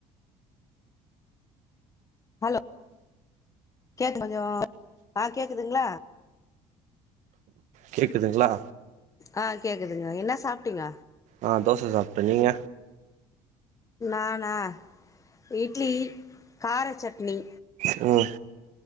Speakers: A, on the left (about 25°); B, on the right (about 65°).
A: ஹலோ கேக்கு <inaudible> ஆ கேக்குதுங்களா
B: கேக்குதுங்களா
A: அ கேக்குதுங்க என்னா சாப்ட்டிங்க
B: ஆ தோச சாப்டே நீங்க
A: நானா இட்லி கார சட்னி
B: ம்